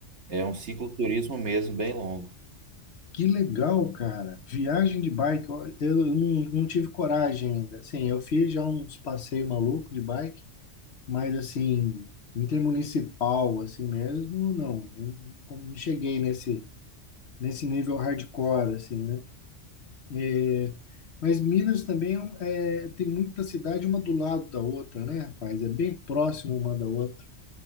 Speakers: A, on the right (about 65°); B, on the left (about 65°).
A: É um cicloturismo mesmo, bem longo.
B: Que legal, cara. Viagem de bike. Olha, Eu eu não, não tive coragem ainda. Assim, eu fiz já uns passeios malucos de bike, mas assim, intermunicipal, assim mesmo, não. Não, não cheguei nesse, nesse nível hardcore, assim, né? É, mas Minas também é um- é, tem muita cidade uma do lado da outra, né, rapaz? É bem próximo uma da outra.